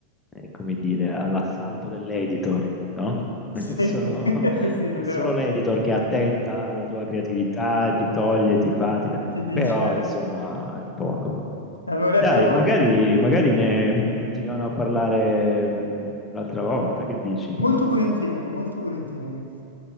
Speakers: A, on the left (about 15°); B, on the left (about 80°).
A: eh, come dire, all'assalto dell'editor, no? <laughs>
B: Sì,
A: È solo,
B: <laughs> sì, sì, è
A: è
B: vero.
A: solo l'editor che è attenta alla tua creatività, ti toglie, ti fa, ti dà.
B: Ti dice...
A: Però, insomma, è poco.
B: Avevo letto
A: Dai, magari, magari ne continuiamo a parlare mm, un'altra volta, che dici?
B: molto volentieri, molto volentieri.